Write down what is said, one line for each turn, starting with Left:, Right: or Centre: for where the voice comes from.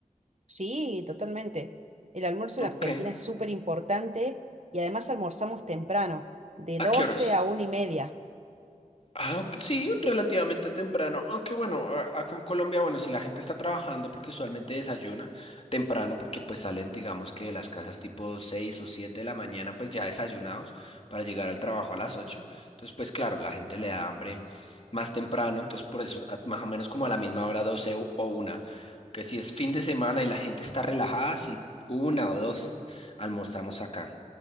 Right: Sí, totalmente. El almuerzo
Left: Ok.
Right: en Argentina es súper importante y además almorzamos temprano, de
Left: ¿A
Right: 12
Left: qué horas?
Right: a una y media.
Left: Ah, ok, sí, relativamente temprano, aunque bueno, a- acá en Colombia, bueno, si la gente está trabajando porque usualmente desayuna temprano porque pues salen digamos que de las casas tipo 6 o 7 de la mañana pues ya desayunados para llegar al trabajo a las ocho entonces pues claro, la gente le da hambre más temprano, entonces por eso a- más o menos como a la misma hora 12 o, o 1, que si es fin de semana y la gente está relajada, si una o dos almorzamos acá.